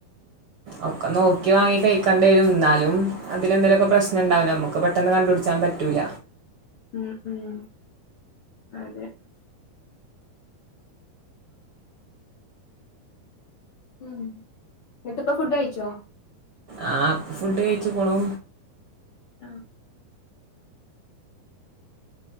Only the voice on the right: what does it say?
ഉ ഒക്കെ നോക്കി വാങ്ങി കഴിക്കണ്ടി വരും ന്നാലും അതിലെന്തേലൊക്കെ പ്രശ്നണ്ടാവും നമ്മുക്ക് പെട്ടെന്ന് കണ്ടുപിടിച്ചാൻ പറ്റൂല
ആ ഫുഡ് കഴിച്ചുക്ക്ണു.